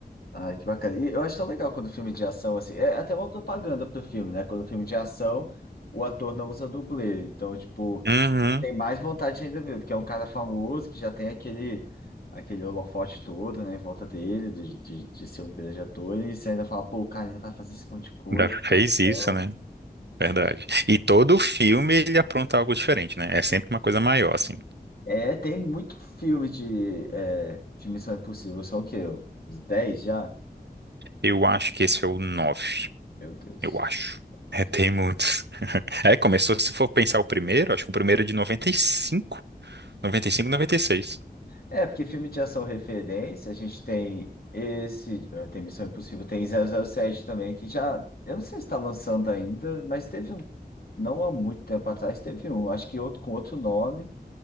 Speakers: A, on the left; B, on the right.
A: Ai, que bacana. E eu acho tão legal quando o filme de ação, assim, é até uma propaganda pro filme, né? Quando o filme de ação, o ator não usa dublê. Então, tipo,
B: Uhum,
A: tem mais vontade ainda de ver, porque é um cara famoso que já tem aquele, aquele holofote todo, né, em volta dele, de, de, de ser um grande ator, e você ainda fala, pô, o cara ainda vai fazer esse monte de coisa,
B: já
A: que
B: fez
A: ação.
B: isso, né? Verdade. E todo filme ele apronta algo diferente, né? É sempre uma coisa maior, assim.
A: É, tem muito filme de, é, de Missão Impossível, só o quê? Uns 10 já?
B: Eu acho que esse é o 9
A: Meu Deus,
B: eu acho.
A: é muito.
B: É, tem muitos. <laughs> É, começou, se for pensar o primeiro, acho que o primeiro é de noventa noventa e e cinco, noventa e cinco, noventa e seis.
A: É, porque filme de ação referência, a gente tem esse, eh, tem Missão Impossível, tem zero zero sete também, que já, eu não sei se está lançando ainda, mas teve um, não há muito tempo atrás, teve um, acho que outro com outro nome,